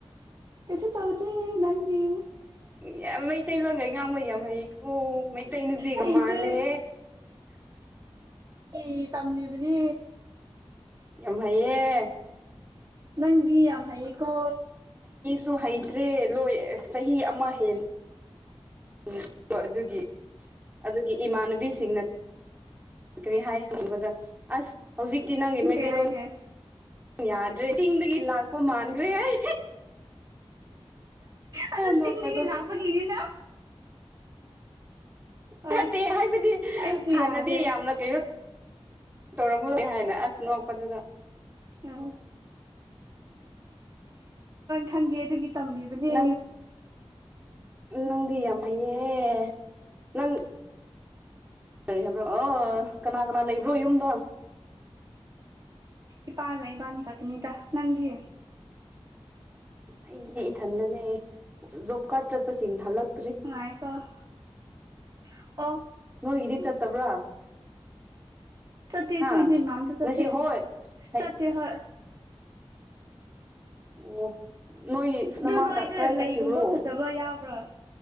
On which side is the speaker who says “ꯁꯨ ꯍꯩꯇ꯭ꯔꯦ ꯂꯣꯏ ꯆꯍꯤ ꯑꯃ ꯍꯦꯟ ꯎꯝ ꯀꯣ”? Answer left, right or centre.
Right